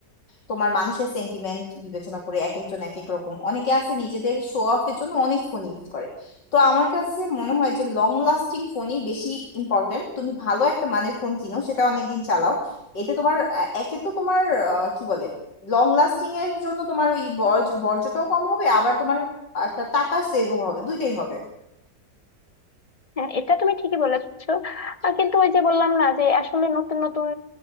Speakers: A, on the left; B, on the left.
A: তোমার মানুষের সেন্টিমেন্ট বিবেচনা করে এক একজন এক এক রকম অনেকে আছে নিজেদের শো অফের জন্য অনেক ফোন ইউজ করে তো আমার কাছে মনে হয় যে লং লাস্টিং ফোনই বেশি ইম্পর্টেন্ট তুমি ভালো একটা মানের ফোন কিনো সেটা অনেকদিন চালাও এতে তোমার আহ, একে তো তোমার আহ, কি বলে লং লাস্টিং এর জন্য তোমার ওই বর্জ বর্জ্যটাও কম হবে আবার তোমার একটা টাকা সেভ হবে দুইটাই হবে
B: হ্যাঁ এটা তুমি ঠিকই বলেছো আহ, কিন্তু ওই যে বললাম না যে আসলে নতুন নতুন